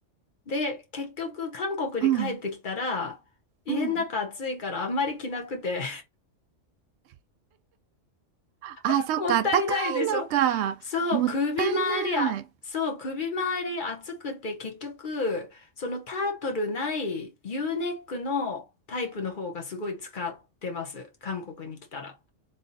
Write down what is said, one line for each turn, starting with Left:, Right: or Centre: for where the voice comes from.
Left: で、結局韓国に帰ってきたら、
Right: うん。
Left: 家の中暑いからあんまり着なくて
Right: うんあ、
Left: <laughs>
Right: そっか、
Left: もったいないでしょ。
Right: あったかいのか。
Left: そう、
Right: もったいない。
Left: 首周りあ、そう、首周り熱くて結局、そのタートルない U ネックのタイプの方がすごい使ってます。韓国に来たら。